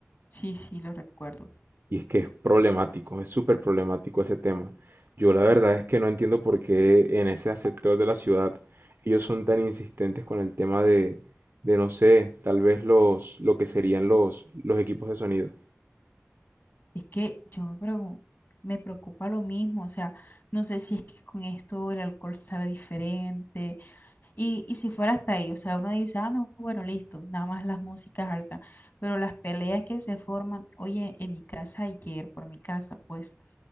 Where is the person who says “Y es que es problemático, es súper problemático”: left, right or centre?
Right